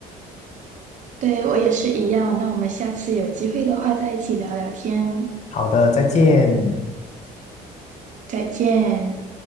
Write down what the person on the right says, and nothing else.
<laughs> 对，我也是一样。那我们下次有机会的话，再一起聊聊天。
再见。